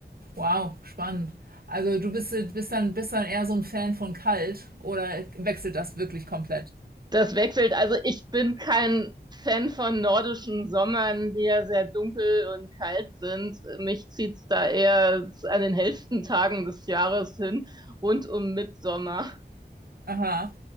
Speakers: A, on the right (about 55°); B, on the right (about 25°).
A: wow, spannend. Also du bist, bist dann bist dann eher so ein Fan von kalt oder wechselt das wirklich komplett?
B: Das wechselt. Also ich bin kein Fan von nordischen Sommern, die ja sehr dunkel und kalt sind. Mich zieht's da eher an den hellsten Tagen des Jahres hin, rund um Mitsommer.
A: Aha.